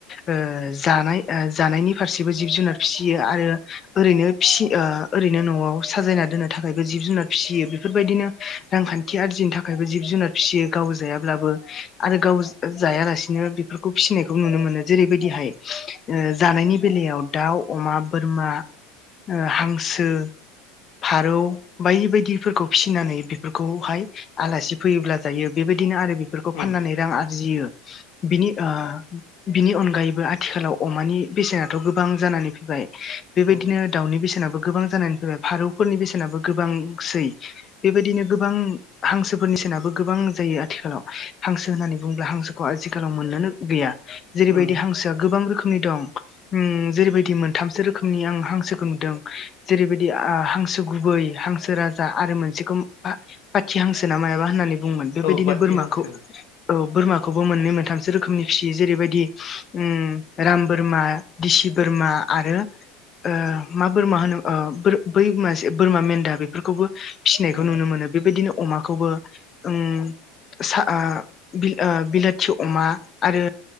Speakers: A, on the left; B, on the left.
A: ओ जानाय ओ जानायनि फारसेबो जिब जुनार फिसियो आरो ओरैनो फिसि ओ ओरैनो न'आव साजायना दोननो थाखायबो जिब जुनार फिसियो बेफोरबायदिनो रांखान्थि आरजिनि थाखायबो जिब जुनार फियो गाव जायाब्लाबो आरो गाव जायालासिनो बेफोरखौ फिसिनायखौ नुनो मोनो जेरैबायदिहाय जानायनि बेलायाव दाउ अमा बोरमा हां गसो फारौ बायदि बायदिफोरखौ फिसिनानै बेफोरखौहाय आलासि फैयोब्ला जायो बेबायदिनो आरो बेफोरखौ फाननानै
B: उम
A: रां आरजियो। बिनि ओ बिनि अनगायैबो आथिखालाव अमानि बेसेनाथ' गोबां जानानै फैबाय। बेबायदिनो
B: औ
A: दाउनि बेसेनाबो गोबां जानानै फैबाय फारौफोरनि बेसेनाबो गोबांसै। बेबायदिनो गोबां हांसोफोरनि सेनाबो गोबां जायो आथिखालाव हांसो होननानै बुङोब्ला हांसोखौ आथिखालाव मोननोनो गैया। जेरैबायदि
B: उम
A: हांसोआ गोबां रोखोमनि दं उम जेरैबायदि मोनथामसो रोखोमनि आं हांसोखौ नुदों। जेरैबायदि आ हांसो गुबै हांसो राजा आरो मोनसेखौ खाथिहांसोना मायाबा होननानै बुंङोमोन बेबायदिनो
B: औ बाथि
A: बोरमाखौ
B: हांसो
A: औ बोरमाखौबो मोननै मोनथामसो रोखोमनि फिसियो जेरैबायदि उम राम बोरमा दिसि बोरमा आरो ओ मा बोरमा होनो ओ फोर बै मासे बोरमा मेन्दा बेफोरखौबो फिसिनायखौ
B: उम
A: नुनो मोनो बेबायदिनो अमाखौबो ओम सा ओ बिल ओ बिलाथि अमा आरो